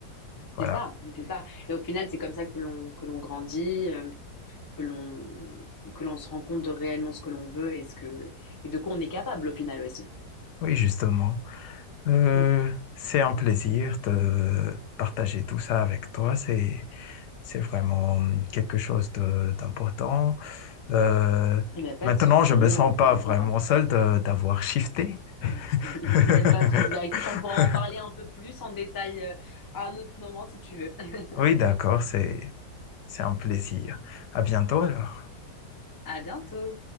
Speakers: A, on the left; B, on the left.
A: Voilà.
B: c'est ça, c'est ça. Et au final c'est comme ça que l'on que l'on grandit. Euh, que l'on que l'on se rend compte de réellement ce que l'on veut et ce que et de quoi on est capable au final aussi.
A: Oui, justement. Euh,
B: Mm.
A: c'est un plaisir de partager tout ça avec toi. C'est, c'est vraiment quelque chose de- d'important. Euh,
B: Eh ben pas
A: maintenant,
B: de souci,
A: je me
B: on
A: sens
B: peut
A: pas
B: on
A: vraiment
B: pourra.
A: seul de- d'avoir shifté.
B: <laughs> Il
A: <laughs>
B: n'y a pas de souci. Bah écoute, on pourra en parler un peu plus en détail euh, à un autre moment si tu veux. <laughs>
A: Oui, d'accord, c'est c'est un plaisir. À bientôt alors.
B: À bientôt.